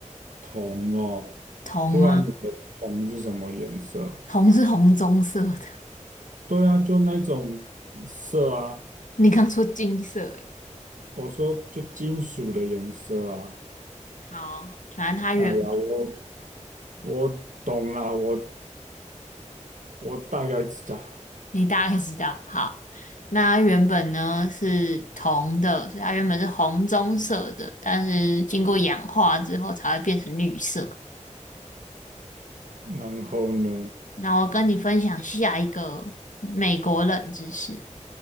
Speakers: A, on the right; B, on the left.
A: 铜哦，
B: 铜啊，
A: 不然你的铜是什么颜色？
B: 铜是红棕色的，
A: 对啊，就那种色啊。
B: 你刚说金色诶。
A: 我说就金属的颜色啊。
B: 好，反正它原
A: 哎呀，我我懂啦，我我大概知道。
B: 你大概知道，好，那它原本呢是铜的，所以它原本是红棕色的，但是经过氧化之后才会变成绿色。
A: 然后呢，
B: 那我跟你分享下一个美国冷知识。